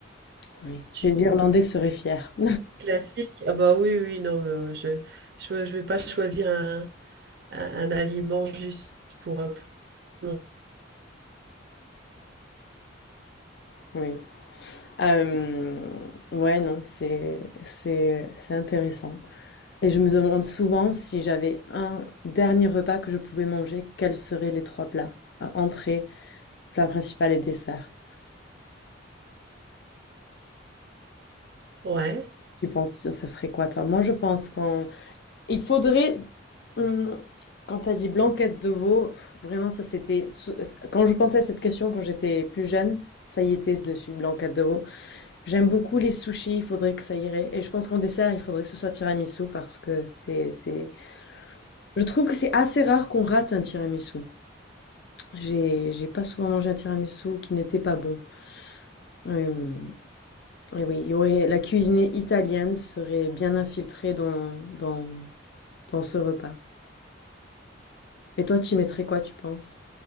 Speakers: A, on the left; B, on the right.
A: Oui. Les
B: hein.
A: Irlandais seraient fiers. <laughs>
B: Classique. Ah bah oui, oui, non, mais, euh, je je, je vais pas choisir un, un, un aliment juste pour... euh, pour-
A: Oui. Euh, ouais, non, c'est c'est c'est intéressant. Et je me demande souvent si j'avais un dernier repas que je pouvais manger, quels seraient les trois plats? Entrée, plat principal et dessert.
B: Ouais.
A: Tu penses que ça serait quoi, toi? Moi, je pense qu'en... Il faudrait... hum, quand tu as dit blanquette de veau, pff, vraiment, ça c'était... sou- Quand je pensais à cette question quand j'étais plus jeune, ça y était dessus, blanquette de veau. J'aime beaucoup les sushis, il faudrait que ça irait. Et je pense qu'en dessert, il faudrait que ce soit tiramisu parce que c'est... c'est... Je trouve que c'est assez rare qu'on rate un tiramisu. J'ai j'ai pas souvent mangé un tiramisu qui n'était pas bon. Hem, et oui, il y aurait la cuisine italienne serait bien infiltrée dans dans dans ce repas. Et toi, tu y mettrais quoi, tu penses?